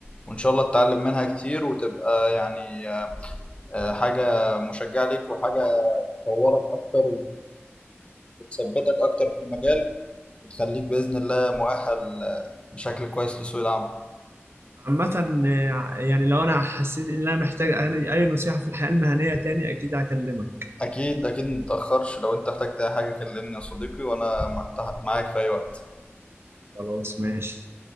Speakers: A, on the left (about 25°); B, on the right (about 60°).
A: وإن شاء الله تتعلم منها كتير وتبقى يعني آه، حاجة مشجعة ليك وحاجة تطورك اكتر وتثبتك اكتر في المجال وتخليك باذن الله مؤهل آه، بشكل كويس لسوق العمل
B: عامة آه، يعني لو أنا حسيت إن أنا محتاج أي أي نصيحة في الحياة المهنية تاني أكيد هكلمك
A: اكيد اكيد متتاخرش لو انت احتجت اي حاجه كلمني يا صديقي وانا مع- تح- معاك في اي وقت
B: خلاص ماشي